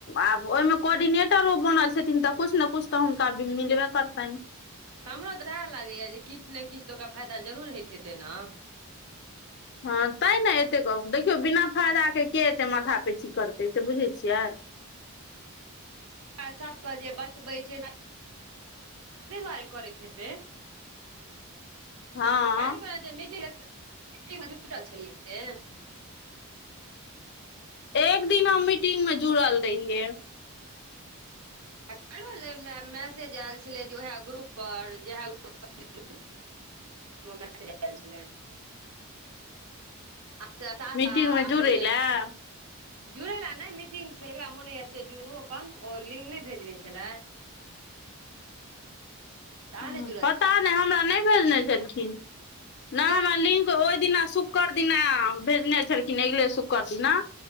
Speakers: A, on the left; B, on the right.
A: आब ओहिमे कोर्डिनेटरो बनल छथिन तऽ कछु ने कछ तऽ हुनका अभी मिलबे करताै ने
B: ऽ हमरो तऽ इएह लागैएा जे किछु ने किछु तऽ ओकरा फायदा जरूर होइत हेतै ने
A: हँ तै ने एतेक कहू देखियौ बिना फायदााके के एते माथा पेची करतै से बुझैत छियै <inaudible>
B: सबके जे बतबै छैे दुआरे करैत हेतै
A: <inaudible> हँ
B: काल्हि जेट जुटल छलियै से
A: एक दिन हम मीटिंग मे जुड़ल रहियै
B: आ काल्हि मैसेज आयल छलै जे उएह ग्रुपपर जएह गुप मैसेज एल छलै अचछा त
A: मीटिंगमे
B: त आठ
A: जुड़ै
B: जाएमे
A: लए
B: जुड़ ला मीटिंग छै एकरा मोन य जुड़ू अपन ओ लिंक नहि भेज छै तऽ अहाँ
A: ह
B: नहि जुड़ल
A: पता नहि हमरा नहि भेजने छलखिन
B: छलियै
A: नहि हमरा लिंक ओहि दिना शुक्र दिना भेजने छलखिन अगिले शुक्क्र दिना